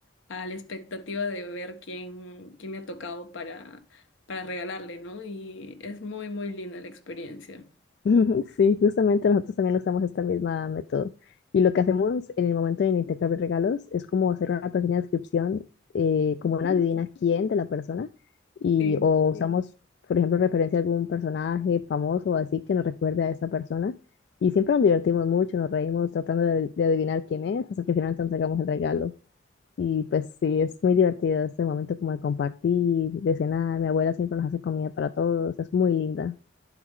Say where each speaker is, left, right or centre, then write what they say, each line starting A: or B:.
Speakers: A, on the left (about 75°); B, on the left (about 55°).
A: a la expectativa de ver quién, quién me ha tocado para, para regalarle, ¿no? Y es muy, muy linda la experiencia.
B: <laughs> Sí, justamente nosotros también usamos esta misma método. Y lo que hacemos en el momento del intercambio de regalos es como hacer una pequeña descripción, eh, como
A: Ujú.
B: una adivina quién de la persona, y
A: Sí.
B: o Sí. usamos, por ejemplo, referencia a algún personaje famoso o así que nos recuerde a esa persona. Y siempre nos divertimos mucho, nos reímos tratando de, de adivinar quién es, hasta que finalmente entregamos el regalo. Y pues sí, es muy divertido este momento como de compartir, de cenar. Mi abuela siempre nos hace comida para todos, es muy linda.